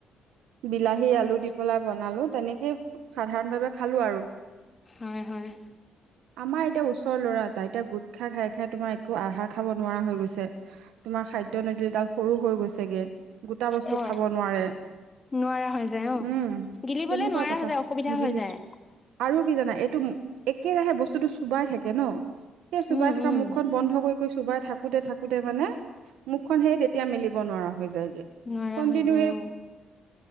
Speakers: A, on the right; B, on the left.
A: বিলাহী আলু দি পেলাই বনালো তেনেকেই সাধাৰণ ভাৱে খালো আৰু।
B: হয় হয়।
A: আমাৰ এতিয়া ওচৰৰ ল'ৰা ত এতিয়া গোট খাই খাই খাই তোমাৰ একো আহাৰ খাব নোৱাৰা হৈ গৈছে। তোমাৰ খাদ্য নলীডাল সৰু হৈ গৈছেগে। গোটা বস্তু
B: হয়
A: খাব নোৱাৰে
B: নোৱাৰা হৈ যায় অ
A: উম
B: গিলিবলে
A: তেনেকুৱা
B: নোৱাৰা
A: কথা
B: হৈ যায় অসুবিধা
A: নিগিলি
B: হৈ যায়
A: আৰু কি জানা এইটো একেৰাহে বস্তুটো চুবাই থাকে ন সেই চুবাই
B: উম
A: থকা
B: উম
A: মুখখন বন্ধ কৰি চোবাই থাকোতে থাকোতে মানে মুখখন সেই এতিয়া মেলিব নোৱৰা হৈ যায়গে।
B: নোৱাৰা
A: কণ্টিনিও
B: হৈ যায় অ